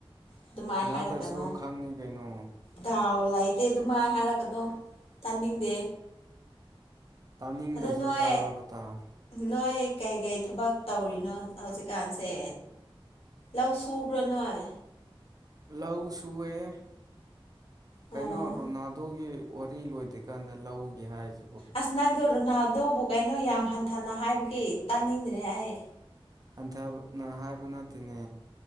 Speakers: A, on the left; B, on the right.
A: ꯑꯗꯨꯃꯥꯏ
B: ꯁꯅꯥꯗ꯭ꯔꯁꯨ
A: ꯍꯥꯏꯔꯒꯅꯣ
B: ꯈꯪꯉꯤ ꯀꯩꯅꯣ
A: ꯗꯥꯎ ꯂꯩꯇꯦ ꯗꯨꯃꯥꯏꯅ ꯍꯥꯏꯔꯛꯀꯅꯣ ꯇꯥꯅꯤꯡꯗꯦ
B: ꯇꯥꯅꯤꯡꯗ꯭ꯔꯁꯨ
A: ꯑꯗꯨ ꯅꯣꯏ
B: ꯇꯥꯔꯕ ꯇꯥꯕ
A: ꯅꯣꯏ ꯀꯩ ꯀꯩ ꯊꯕꯛ ꯇꯧꯔꯤꯅꯣ ꯍꯧꯖꯤꯛꯀꯥꯟꯁꯦ ꯂꯧ ꯁꯨꯕ꯭ꯔ ꯅꯣꯏ
B: ꯂꯧ ꯁꯨꯑꯦ ꯀꯩꯅꯣ
A: ꯑꯣ
B: ꯔꯣꯅꯥꯜꯗꯣꯒꯤ ꯋꯥꯔꯤ ꯂꯣꯏꯗ꯭ꯔꯤꯀꯥꯟꯗ ꯂꯧꯒꯏ ꯍꯥꯏꯁꯦ
A: ꯑꯁ ꯅꯪꯗꯣ ꯔꯣꯅꯥꯜꯗꯣꯕꯨ ꯀꯩꯅꯣ ꯌꯥꯝ ꯍꯟꯊꯅ ꯍꯥꯏꯕꯒꯤ ꯇꯥꯅꯤꯡꯗ꯭ꯔꯦ ꯑꯩ
B: ꯍꯟꯊꯅ ꯍꯥꯏꯕ ꯅꯠꯇꯦꯅꯦ